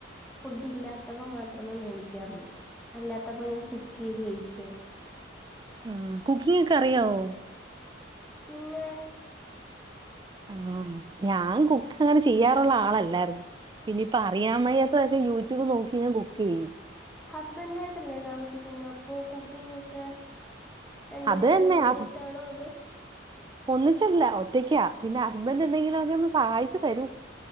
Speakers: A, in the centre; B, on the right (about 20°).
A: ഫുഡ് ഇല്ലാത്തപ്പോ മാത്രമേ മേടിക്കാറുള്ളൂ അല്ലാത്തപ്പോ ഞാൻ കുക്ക് ചെയ്ത് കഴിക്കുകയാണ്
B: ഉം കുക്കിംഗ് ഒക്കെ അറിയാവോ
A: പിന്നെ
B: ആഹ് ഞാൻ കുക്ക് അങ്ങനെ ചെയ്യാറുള്ള ആളല്ലായിരുന്നു പിന്നിപ്പ അറിയാൻവയ്യാത്തതൊക്കെ യൂട്യൂബ് നോക്കി ഞാൻ കുക്ക് ചെയ്യും
A: ഹസ്ബൻഡ് ആയിട്ടല്ലേ താമസിക്കുന്നേ അപ്പൊ കുക്കിംഗ് ഒക്കെ രണ്ടു
B: അത്
A: പേരും
B: തന്നെ
A: കൂടി ഒന്നിച്ചാണോ
B: ഹസ്
A: അതോ
B: ഒന്നിച്ചല്ല ഒറ്റയ്ക്കാ പിന്നെ ഹസ്ബൻഡ് എന്തെങ്കിലും ഒക്കെ ഒന്ന് സഹായിച്ചു തരും